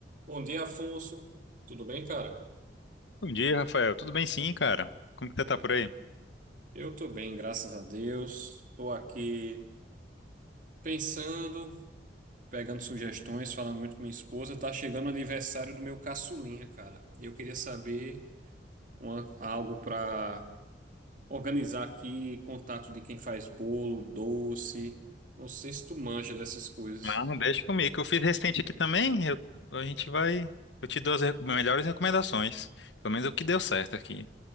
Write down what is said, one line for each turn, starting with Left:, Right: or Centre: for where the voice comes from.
Right: Bom dia, Afonso. Tudo bem, cara?
Left: Bom dia, Rafael. Tudo bem sim, cara? Como que você tá por aí?
Right: Eu tô bem, graças a Deus. Tô aqui pensando, pegando sugestões, falando muito com minha esposa. Tá chegando o aniversário do meu caçulinha, cara. E Eu queria saber uma- algo pra organizar aqui, contato de quem faz bolo, doce. Não sei se tu manja dessas coisas.
Left: Ah, Não, deixa comigo. que Eu fiz recente aqui também. eu- a gente vai. Eu te dou as re- melhores recomendações. Pelo menos é o que deu certo aqui.